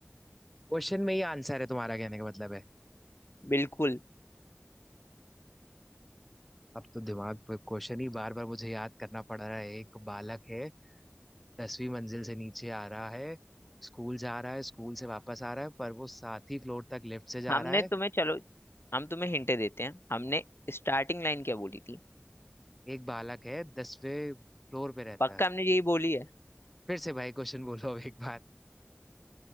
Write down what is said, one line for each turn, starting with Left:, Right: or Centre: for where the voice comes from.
Centre: क्वेश्चन में ही आंसर है तुम्हारा कहने का मतलब है
Left: बिल्कुल
Centre: अब तो दिमाग पे क्वेश्चन ही बार बार मुझे याद करना पड़ रहा है एक बालक है दसवीं मंजिल से नीचे आ रहा है स्कूल जा रहा है स्कूल से वापस आ रहा है पर वो सात ही फ्लोर तक लिफ्ट से जा
Left: हमने
Centre: रहा है
Left: तुम्हें चलो हम तुम्हें हिंट देते हैं हमने स्टार्टिंग लाइन क्या बोली थी
Centre: एक बालक है दसवें फ्लोर पे रहता
Left: पक्का
Centre: है
Left: हमने यही बोली है
Centre: फिर से भाई क्वेश्चन बोलो अब एक बार